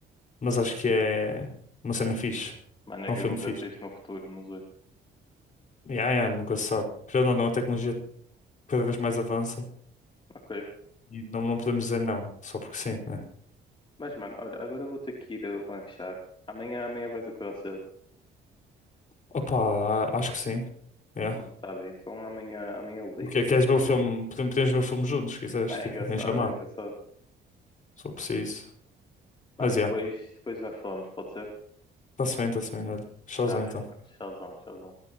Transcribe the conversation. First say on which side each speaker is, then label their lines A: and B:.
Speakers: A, on the left (about 45°); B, on the left (about 25°).
A: mas acho que é uma cena fixe.
B: Mano, é
A: É um
B: que
A: filme
B: acontece
A: fixe.
B: isto no futuro, não sei.
A: Yeah, yeah, nunca se sabe. Querendo ou não, a tecnologia cada vez mais avança
B: Ok.
A: e não, não podemos dizer não, só porque sim, né?
B: Mas, mano, olha, agora eu vou ter que ir uh, lanchar. Amanhã, amanhã vais acordar cedo.
A: Opa, a- acho que sim. Yeah.
B: Mano, tá bem. Então amanhã, amanhã eu ligo-te.
A: O que é? Queres ver o filme? Podem- Podemos ver o filme juntos, se quiseres,
B: É
A: tipo,
B: engraçado,
A: em chamado,
B: é engraçado.
A: se for preciso. Mas
B: Mano, depois,
A: yeah,
B: depois nós falamos, pode ser?
A: está-se bem, está-se bem, olha. Showzão
B: Tá bem,
A: então.
B: mano. Tchauzão, tchauzão.